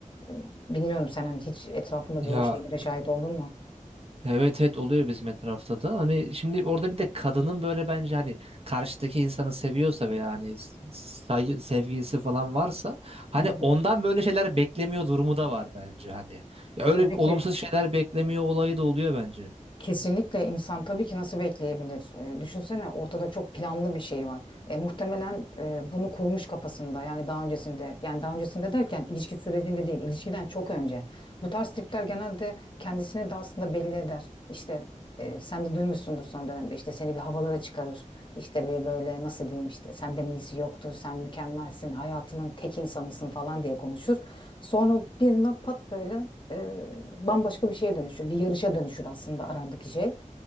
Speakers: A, on the left; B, on the right.
A: e, bilmiyorum sen hani hiç etrafında
B: Ya
A: böyle şeylere şahit oldun mu?
B: evet evet oluyor bizim etrafta da. Hani şimdi orada bir de kadının böyle bence hani karşıdaki insanı seviyorsa veya hani s- say- sevgilisi falan varsa hani
A: Hı hı.
B: ondan böyle şeyler beklemiyor durumu da var bence hani. Ya öyle
A: Tabii
B: olumsuz
A: ki.
B: şeyler beklemiyor olayı da oluyor bence.
A: Kesinlikle insan tabii ki nasıl bekleyebilir? E, düşünsene ortada çok planlı bir şey var. E, muhtemelen e, bunu kurmuş kafasında yani daha öncesinde. Yani daha öncesinde derken ilişki sürecinde değil, ilişkiden çok önce. Bu tarz tipler genelde kendisini de aslında belli eder. İşte e, sen de duymuşsundur son dönemde işte seni bir havalara çıkarır. İşte bir böyle nasıl diyeyim işte senden iyisi yoktur, sen mükemmelsin, hayatının tek insanısın falan diye konuşur. Sonra bir anda pat böyle e, bambaşka bir şeye dönüşür. Bir yarışa dönüşür aslında arandaki şey.